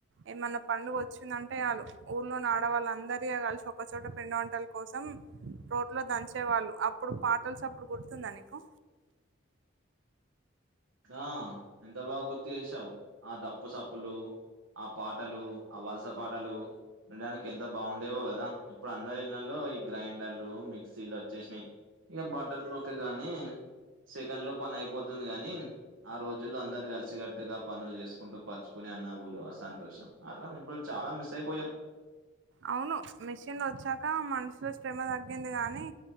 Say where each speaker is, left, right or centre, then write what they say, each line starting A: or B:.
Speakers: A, on the right; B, on the right.
A: ఏ మన పండుగ వచ్చిందంటే ఆళ్ళు ఊర్లో ఆడవాళ్ళ అందరి కలిసి ఒక్కచోట పిండి వంటల కోసం లో దంచేవాళ్ళు అప్పుడు పాటల్స్ అప్పుడు గుర్తుందా నీకు
B: ఆ ఎంత బాగా గుర్తు చేసావు ఆ దప్పు సప్పులు ఆ పాటలు ఆ వలస పాటలు వినడానికి ఎంత బాగుండేవో కదా ఇప్పుడు అందరు వెళ్ళలో ఈ గ్రైండర్లు మిక్సీలు వచ్చేసినాయి ఇక బటన్ నొక్కగానే సెకండ్ లో పని అయిపోతుంది కాగానీ ఆ రోజుల్లో అందరు కలిసి గట్టుగా పనులు చేసుకుంటూ పంచుకుని ఆ నవ్వులు ఆ సంతోషం ఆ తరం ఇప్పుడు చాలా మిస్ అయిపోయాం
A: అవును మెషిన్ వచ్చాక మనుషులో శ్రమ తగ్గింది కానీ